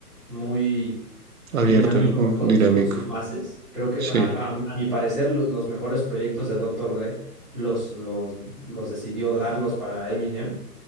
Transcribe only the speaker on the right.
Abierto,
¿no? Como
dinámico.
Sí.